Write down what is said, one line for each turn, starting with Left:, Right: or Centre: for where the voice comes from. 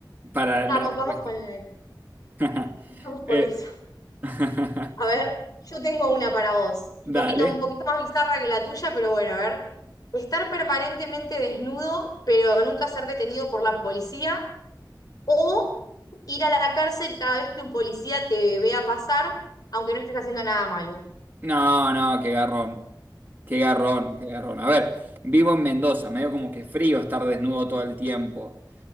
Right: Para
Left: Vamos,
Right: la respuesta.
Left: vamos con la-
Right: <laughs>
Left: vamos con
Right: Eh,
Left: eso.
Right: <laughs>
Left: A ver, yo tengo una para vos,
Right: dale.
Left: un poquito, un poquito más bizarra que la tuya, pero bueno, a ver. Estar permanentemente desnudo, pero nunca ser detenido por la policía, o ir a la cárcel cada vez que un policía te vea pasar, aunque no estés haciendo nada malo.
Right: No, no, qué garrón. Qué garrón, qué garrón. A ver, vivo en Mendoza, medio como que frío estar desnudo todo el tiempo.